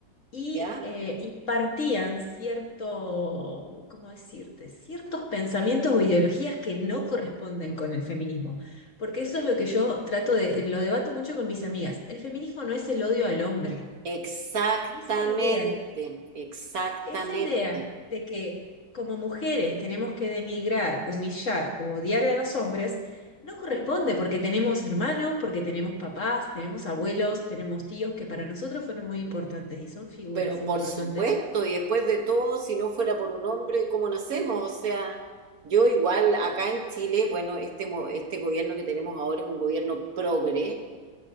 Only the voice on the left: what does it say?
y
eh, impartían cierto, ¿cómo decirte?, ciertos pensamientos o ideologías que no corresponden con el feminismo. Porque eso es lo que yo trato de, lo debato mucho con mis amigas. El feminismo no es el odio al hombre.
Y esa idea,
esa idea de que como mujeres tenemos que denigrar, humillar o odiar a los hombres, no corresponde porque tenemos hermanos, porque tenemos papás, tenemos abuelos, tenemos tíos que para nosotros fueron muy importantes y son figuras
importantes